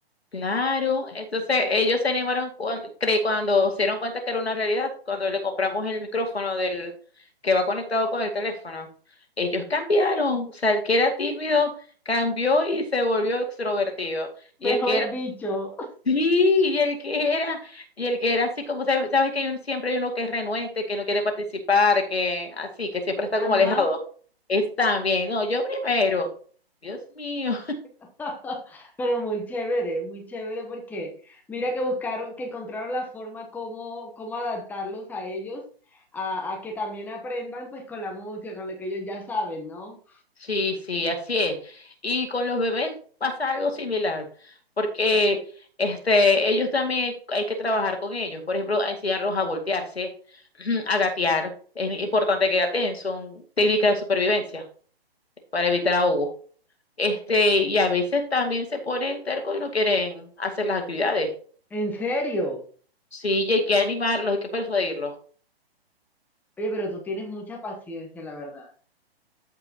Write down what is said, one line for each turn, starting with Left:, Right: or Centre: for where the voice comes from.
Left: Claro, entonces ellos se animaron cuando, cuando se dieron cuenta que era una realidad, cuando le compramos el micrófono del que va conectado con el teléfono. Ellos cambiaron, o sea, el que era tímido cambió y se volvió extrovertido.
Centre: Mejor
Left: Y el que era,
Centre: dicho. <laughs>
Left: sí, y el que era, y el que era así como, sabes, sabes que hay un, siempre hay uno que es renuente, que no quiere participar, que así, que siempre está
Centre: Ajá.
Left: como alejado. Es también, no, yo primero. Dios mío.
Centre: <laughs> Pero muy chévere, muy chévere porque mira que buscaron, que encontraron la forma cómo, cómo adaptarlos a ellos, a, a que también aprendan pues con la música, con lo que ellos ya saben, ¿no?
Left: Sí, sí, así es. Y con los bebés pasa algo similar, porque este, ellos también hay que trabajar con ellos. Por ejemplo, a enseñarlos a voltearse, <clears throat> a gatear. Es importante que gateen, son técnicas de supervivencia para evitar ahogo. Este, y a veces también se ponen tercos y no quieren hacer las actividades.
Centre: En serio.
Left: Sí, y hay que animarlos, hay que persuadirlos.
Centre: Oye, pero tú tienes mucha paciencia, la verdad.